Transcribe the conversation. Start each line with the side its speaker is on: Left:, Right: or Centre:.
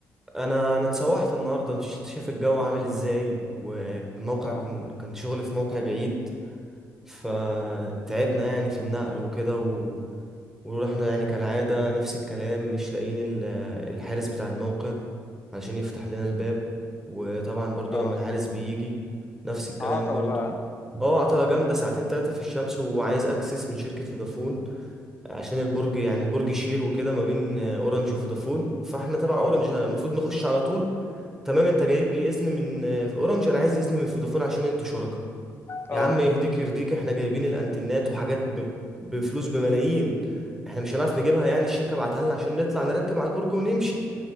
Centre: انا انا اتسوحت النهارده مش انت شايف الجو عامل ازاي والموقع
Left: اه
Centre: كان كان شغل في موقع بعيد فتعبنا يعني في النقل وكده و... ورحنا يعني كالعادة نفس الكلام مش لاقيين ال- الحارس بتاع الموقع علشان يفتح لنا الباب وطبعا برضو
Left: اه
Centre: لما الحارس بيجي نفس الكلام
Left: عطلة
Centre: برضو
Left: بقى
Centre: هو عطلة جامدة ساعتين تلاتة في الشمس وعايز اكسس من شركة فودافون عشان البرج يعني البرج شير وكده ما بين آه، اورنج وفودافون فاحنا تبع
Left: اه
Centre: اورنج المفروض نخش على طول تمام انت جايب لي اذن من آه، اورنج انا عايز اذن من فودافون عشان انتوا شركاء يا
Left: اه
Centre: عم يهديك يرضيك احنا جايبين الانتنات وحاجات ب... بفلوس بملايين احنا مش هنعرف نجيبها يعني الشركة بعتها لنا عشان نطلع نركب على البرج ونمشي